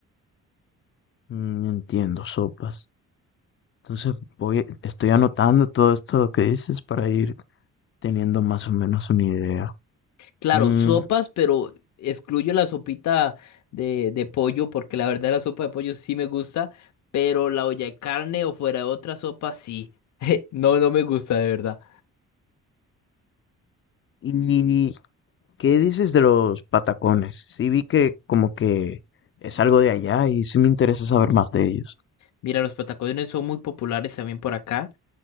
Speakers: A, on the left; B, on the left.
A: Mm, entiendo, sopas. Entonces voy, estoy anotando todo esto que dices para ir teniendo más o menos una idea.
B: Claro,
A: Mm,
B: sopas, pero excluyo la sopita de, de pollo porque la verdad la sopa de pollo sí me gusta, pero la olla de carne o fuera de otra sopa sí. <laughs> No, no me gusta de verdad.
A: ¿y qué dices de los patacones? Sí vi que como que es algo de allá y sí me interesa saber más de ellos.
B: Mira, los patacones son muy populares también por acá.